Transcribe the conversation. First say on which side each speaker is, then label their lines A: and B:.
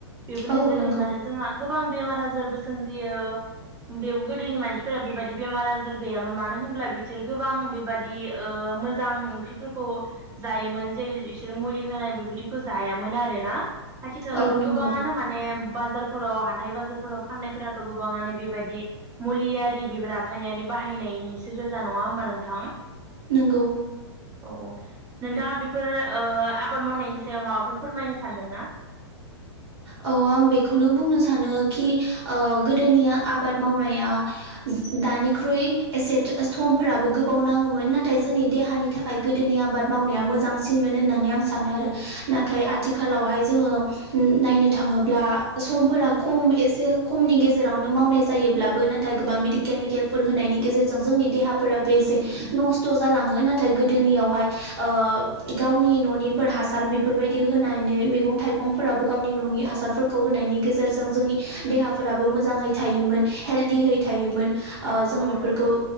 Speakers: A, on the right; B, on the right.
A: बेफोरनि
B: औ
A: जोहै
B: नंगौ
A: माने जोंहा गोबां बेमार आजारबो सोमजियो। बे गोदोनि मानसिफोरा बेबायदि बेमार आजार गैयामोन मानो होनब्ला बिसोर गोबां बेबायदि बिदि ओ मोजां ओंख्रिफोरखौ जायोमोन जेरै बिसोरो मुलि होनाय बेबायदिखौ जायामोन आरोना आथिखालावथ'
B: औ नंगौ
A: गोबाङानो माने बाजारफोराव हाथाय बाजारफोराव फाननायफोराथ' गोबाङानो बेबायदि मुलियारि बे रासायनारि बाहायनायनिसो गोजा नङा होमबा नोंथां।
B: नोंगौ
A: औ औ नोंथाङा बेफोर ओ आबाद मावनायनि सायाव माबाफोर फोरमायनो सानदोंना?
B: औ आं बेखौनो बुंनो सानो खि ओ गोदोनिया आबाद मावनाया दानिख्रुइ एसे समफोराबो गोबाव नाङोमोन नाथाय जोंनि देहानि थाखाय गोदोनि आबाद मावनाया मोजांसिन मोन होननानै आं सानो आरो नाथाय आथिखालावहाय जोङो उम नायनो थाङोब्ला समफोरा खम एसे खमनि गेजेरावनो मावनाय जायोब्लाबो नाथाय गोबां बिदि केमिकेलफोर होनायनि गेजेरजों जोंनि देहाफोराबो एसे नस्थ' जालाङो नाथाय गोदोनियावहाय। ओ गावनि न'निफोर हासार बेफोरबायदि होनायनि मैगं थाइगंफोराबो गावनि न'आव हासारफोरखौ होनायनि गेजेर जों जोंनि देहाफोराबो मोजाङै थायोमोन हेलदियै थायोमोन। ओ जोङो
A: औ
B: बिफोरखौ
A: नंगौ